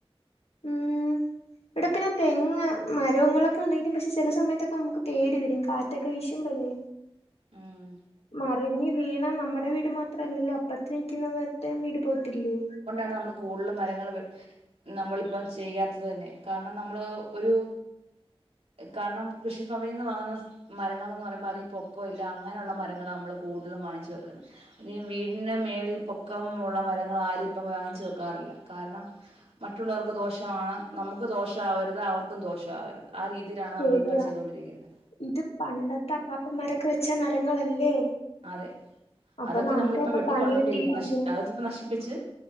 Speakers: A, on the left (about 80°); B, on the right (about 80°).
A: ഉം ഇവിടെ പിന്നെ തെങ്ങ് മരങ്ങളൊക്കെ ഉണ്ടെങ്കിലും പക്ഷെ ചില സമയത്തൊക്കെ നമുക്ക് പേടി വരും കാ റ്റൊക്കെ വീശുമ്പഴേ
B: ഉം
A: മറിഞ്ഞി വീണാൽ നമ്മടെ വീട് മാത്ര അല്ലല്ലോ അപ്പറത്ത് നിക്കുന്ന മറ്റേ വീട് പോവത്തില്ലേ
B: ഇതാണ് നമ്മള് കൂടുതല് മരങ്ങള് നമ്മളിപ്പം ചെയ്യാത്തത് തന്നെ കാരണം നമ്മള് ഒരു കാരണം കൃഷി ഭവനിന്ന് വാങ്ങുന്ന മരങ്ങളാണ് എന്ന് പറയുമ്പോ അധികം പൊക്കം ഇല്ല അങ്ങനെ ഉള്ള മരങ്ങളാ നമ്മള് കൂടുതലും വാങ്ങിച്ച് വെക്കുന്നെ അധികം വീടിന്റെ മേളിൽ പൊക്കമുള്ള മരങ്ങൾ ആരും ഇപ്പം വാങ്ങിച്ചു വെക്കാറില്ല കാരണം മറ്റുള്ളവർക്ക് ദോഷ ആണ് നമുക്ക് ദോഷം ആവരുത് അവർക്കും ദോഷം ആവരുത് ആ രീ രീതിയിലാണ് നമ്മളിപ്പം
A: ശരിയാ
B: ചെയ്തോണ്ടിരിക്കുന്നെ
A: ഇത് പണ്ടത്തെ അപ്പാപ്പന്മാരൊക്കെ വെച്ച മരങ്ങളല്ലേ?
B: അതെ
A: അപ്പൊ
B: അതൊക്കെ
A: നമുക്ക്
B: നമ്മളിപ്പൊ
A: ഇപ്പൊ
B: വെട്ടി
A: പണി
B: കളഞ്ഞോണ്ടിരിക്കുന്നു
A: കിട്ടിയിട്ടിരിക്കുന്നു
B: നശി അത് നശിപ്പി ച്ച്